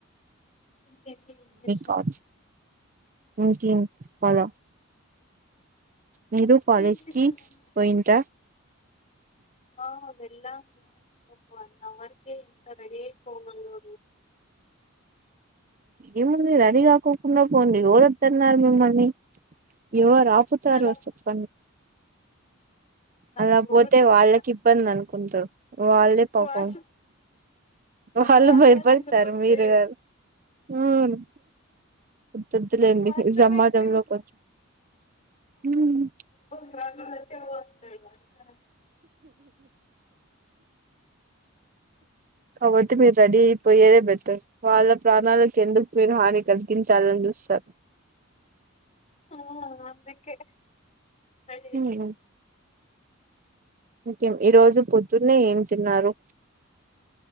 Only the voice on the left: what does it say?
ఇంకేంటి <unintelligible>
ఏం చేస్తున్నారు
ఆ వెళ్ళాము ఒక వన్ అవర్ కే ఇంత రెడీ అయి పోబదు
అలా
పోకూడదండి
ఇంకా
వాచ్ ఫస్ట్
వాచ్మెన్
అంకుల్ పంపాడు
వాచ్మెన్
అంకుల్
<unintelligible> అంటే
ఆ అందుకే రెడీ